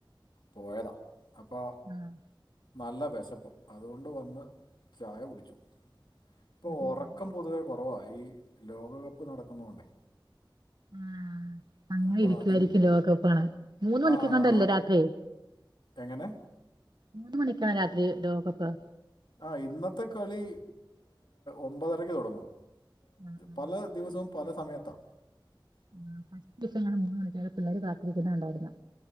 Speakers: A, on the left (about 65°); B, on the right (about 60°).
A: പോയതാ അപ്പൊ
B: ആഹ്
A: നല്ല വിശപ്പ് അതുകൊണ്ട് വന്ന് ചായ കുടിച്ചു ഇപ്പോ
B: അതില്ല.
A: ഉറക്കം പൊതുവെ കുറവാണ് ഈ ലോകകപ്പ് നടക്കുന്ന കൊണ്ടേ
B: ആഹ് അങ്ങനെ
A: അപ്പോൾ
B: ഇരിക്കുവായിരിക്കു
A: അതിൽ
B: ലോകകപ്പ് കാണാൻ മൂന്ന് മണിക്കങ്ങാണ്ടല്ലെ
A: ആ കാണാം
B: രാത്രി
A: എങ്ങനെ
B: മൂന്ന് മണിക്കാ രാത്രി ലോകപ്പ്
A: ആഹ് ഇന്നത്തെ കളി ഒമ്പതരക്ക് തുടങ്ങും
B: ആഹ് ആഹ്
A: പല ദിവസവും പല സമയത്താ
B: ഉം <unintelligible> മൂന്നുണിക്ക് പിള്ളേര് കാത്തിരിക്കുന്ന കാണ്ടായിരുന്നു